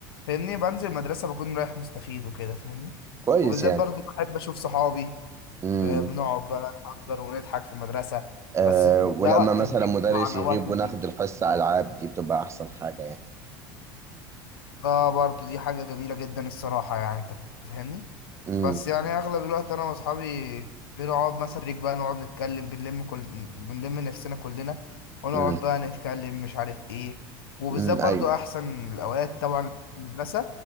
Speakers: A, on the left; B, on the right.
A: فاهمني بنزل المدرسة بكون رايح مستفيد وكده فاهمني
B: كويس
A: وبالذات برضو بحب أشوف صحابي
B: يعني
A: ب- بنقعد بقى نهزر ونضحك في المدرسة
B: أه
A: بس
B: ولما
A: ده وقت
B: مثلا
A: البيت
B: مدرس
A: طبعا
B: يغيب
A: أو وقت البيت
B: وناخد الحصة ألعاب دي بتبقى أحسن حاجة يعني
A: اه برضو دي حاجة جميلة جدا الصراحة يعني انت فاهمني
B: امم
A: بس يعني اغلب الوقت انا واصحابي بنقعد مثلا بريك بقى نقعد نتكلم بنلم كل بنلم نفسنا كلنا ونقعد
B: امم
A: بقى نتكلم مش عارف ايه وبالذات
B: امم
A: برضو
B: ايوه
A: احسن الاوقات طبعا المدرسة